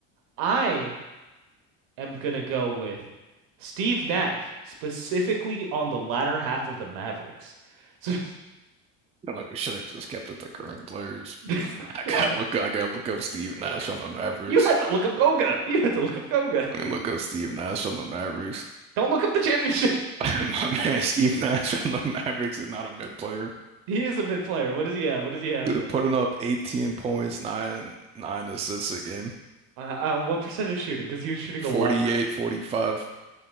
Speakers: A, on the right; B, on the right.
A: I am gonna go with Steve Nash, specifically on the latter half of the Mavericks. <laughs> So,
B: Like we should have just kept it the current players.
A: <laughs>
B: I gotta
A: Well,
B: look. I gotta look up Steve Nash on the Mavericks.
A: you had to look up Goga. You had to look up Goga.
B: I mean, look up Steve Nash on the Mavericks.
A: Don't look up the championship.
B: <laughs>
A: <laughs>
B: My man, Steve Nash on the Mavericks is not a mid player.
A: He is a mid player. What does he have? What does he have
B: He
A: there?
B: was putting up 18 points, nine nine assists a game,
A: On, on what percentage shooting? Because he was shooting
B: 48,
A: a lot. Per...
B: 45.